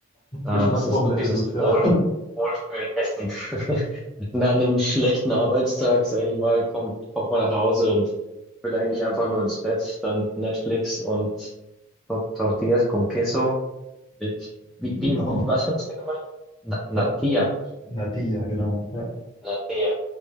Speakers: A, in the centre; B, on the left (about 20°).
A: Ah,
B: Geschmacksbombe
A: das ist so dieses
B: ist es,
A: Wohl
B: ja. <laughs>
A: Wohlfühlessen. <laughs> Nach einem schlechten Arbeitstag, sage ich mal, kommt, kommt man nach Hause und will eigentlich einfach nur ins Bett, dann Netflix und Tor- Tortillas con Queso mit, wie, wie,
B: Genau.
A: was hat's da gemeint? Na, Natilla.
B: Äh, Natilla, genau. Ja.
A: Natilla.